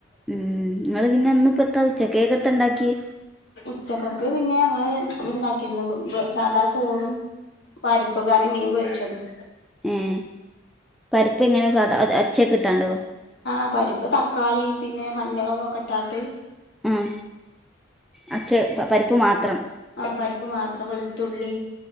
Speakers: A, in the centre; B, on the left (about 60°).
A: ഉം ങ്ങള് പിന്നെ ഇന്നിപ്പത്താ ഉച്ച കേക്കത്തണ്ടാക്ക്യാ?
B: ഉച്ചകക്ക് പിന്നെ അങ്ങള് ഇത് ണ്ടാക്കിര്ന്നു സാദാ ചോറും പരിപ്പ് കറിം മീൻ പൊര്ച്ചതും.
A: മ് പരിപ്പ് എങ്ങനെ സാധാ അച്ചക്ക്ട്ടാണ്ടോ?
B: ആ പരിപ്പ് തക്കാളീം പിന്നെ മഞ്ഞളൊകൊക്കെ ഇട്ടാണ്ട്
A: മ് ആ ഛെ പരിപ്പ് മാത്രം.
B: ആ പര്പ്പ് മാത്രം വെളുത്തുള്ളി